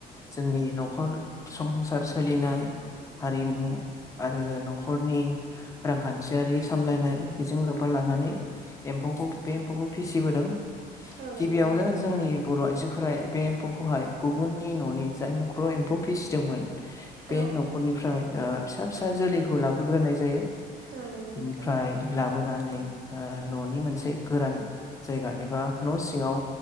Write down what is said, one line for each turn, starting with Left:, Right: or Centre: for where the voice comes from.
Left: जोंनि न'खर संसार सोलिनाय हारिमु आरो न'खरनि रांखान्थिआरि सामलायनाय बेजों लोब्बा लानानै एम्फौखौ बे एम्फौखौ फिसिबोदों
Right: औ
Left: गिबिआवनो
Right: नंगौ नोंथां।
Left: जोंनि बर' आइजोफोरा बे एम्फौखौहाय गुबुननि न'नि जाय न'खराव एम्फौ फिसिदोंमोन बे
Right: औ
Left: न'खरनिफ्राय ओ फिसा फिसा जोलैखौ लाबोग्रोनाय जायो
Right: औ नंगौ
Left: बिनिफ्राय
Right: नोंथां
Left: लाबोनानै ओ न'नि मोनसे गोरान जायगा एबा न' सिंआव